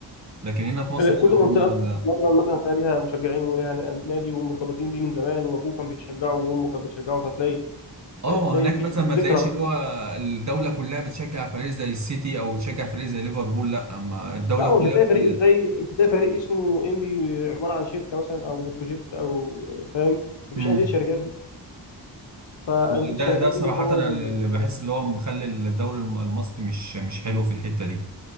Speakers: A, on the right; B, on the left.
A: لكن هنا في مصر لا
B: كل
A: اول
B: منطقه في
A: ما
B: لندن مثلا هتلاقي ليها مشجعين وليها ن- نادي ومرتبطين بيه من زمان وابوه كان بيشجعه وامه كانت بتشجعه فهتلاقي
A: اه
B: تلاقي
A: هناك
B: في
A: مثلا ما
B: ذكرى
A: تلاقيش
B: معاه
A: اللي هو الدوله كلها بتشجع فريق زي السيتي او بتشجع فريق زي ليفربول لا اما الدوله
B: لا ومش
A: كلها
B: هتلاقي فريق
A: كل...
B: زي مش هتلاقي فريق اسمه انبي عباره عن شركه مثلا او بتروجيت او فاهم مفيش
A: مم.
B: انديه شركات دي فانديه
A: ده
B: الشركات
A: ده صراحه
B: دي بتبوظ
A: انا اللي
B: ال-
A: بحس اللي هو مخلي الدوري الم- المصري مش مش حلو في الحته دي